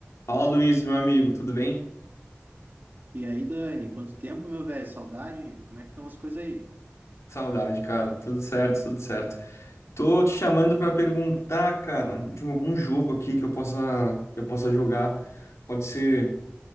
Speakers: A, on the left (about 80°); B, on the right (about 40°).
A: Fala, Luiz, meu amigo, tudo bem?
B: E aí, Dani, quanto tempo, meu velho? Saudade? Como é que estão as coisas aí?
A: Saudade, cara. Tudo certo, tudo certo. Tô te chamando pra perguntar, cara, de algum jogo aqui que eu possa, que eu possa jogar. Pode ser,